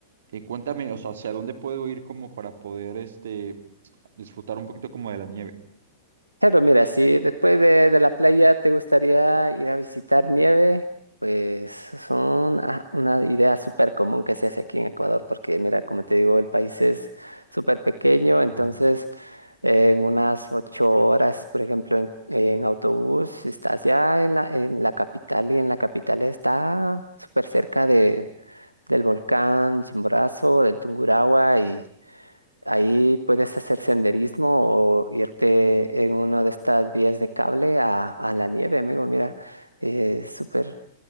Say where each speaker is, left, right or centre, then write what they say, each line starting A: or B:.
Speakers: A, on the right (about 60°); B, on the right (about 85°).
A: Eh, cuéntame, o sea, ¿hacia dónde puedo ir como para poder este, disfrutar un poquito como de la nieve?
B: Claro, mira, si después de, de la playa te gustaría ir a visitar nieve, pues son ah, una idea súper común que se hace aquí en Ecuador, porque mira, como te digo, el país es súper pequeño,
A: Ajá.
B: entonces eh, en unas ocho horas, por ejemplo, en, en autobús, estás ya en la, en la capital y en la capital está súper cerca de, del volcán Chimborazo, del Tungurahua Ahí puedes hacer senderismo o irte en una de estas vías de cable a, a la nieve, amigo. Mira, eh, súper,